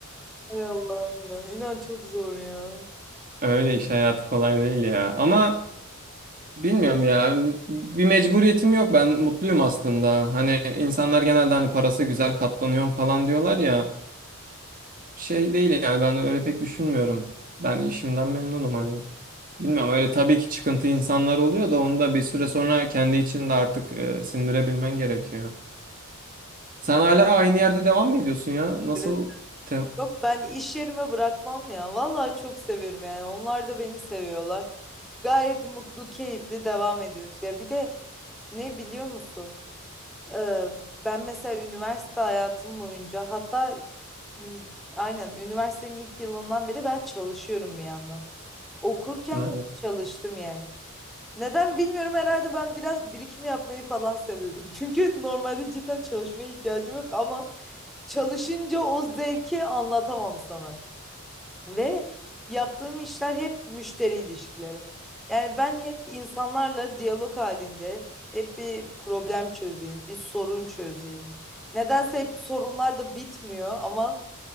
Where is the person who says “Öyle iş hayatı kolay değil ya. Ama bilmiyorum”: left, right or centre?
Right